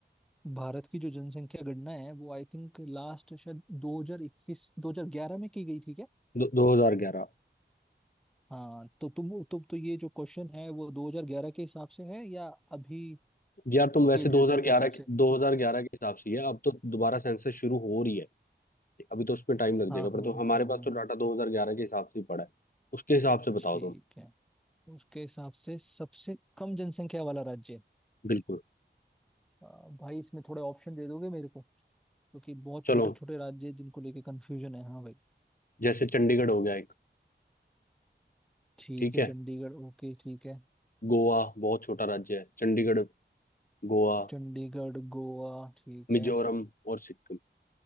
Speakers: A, in the centre; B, on the left.
A: भारत की जो जनसंख्या गणना है वो आई थिंक लास्ट शायद 2021 2011 में की गई थी क्या
B: दो हजार ग्यारह
A: हाँ तो तुम तुम तो ये जो क्वेश्चन है वो 2011 के हिसाब से है या अभी
B: यार तुम वैसे
A: के डेटा
B: 2011
A: के
B: के
A: हिसाब से
B: 2011 के हिसाब से ही है अब तो दोबारा सेंसस शुरू हो रही है अभी तो उसमें टाइम लग
A: हाँ
B: जाएगा पर
A: हाँ
B: तो
A: हाँ
B: हमारे
A: हाँ
B: पास
A: हाँ
B: तो डाटा
A: हाँ
B: 2011 के हिसाब से ही पड़ा है उसके हिसाब से बताओ
A: ठीक
B: तुम
A: है उसके हिसाब से सबसे कम जनसंख्या वाला राज्य
B: बिल्कुल
A: आ, भाई इसमें थोड़े ऑप्शन दे दोगे मेरे को क्योंकि बहुत
B: चलो
A: छोटे छोटे राज्य हैं जिनको लेके कंफ्यूजन है हाँ भाई
B: जैसे चंडीगढ़ हो गया
A: ठीक
B: ठीक
A: है
B: है
A: चंडीगढ़ ओके ठीक है
B: गोवा बहुत छोटा राज्य है चंडीगढ़ गोवा
A: चंडीगढ़ गोवा ठीक
B: मिजोरम
A: है
B: और सिक्किम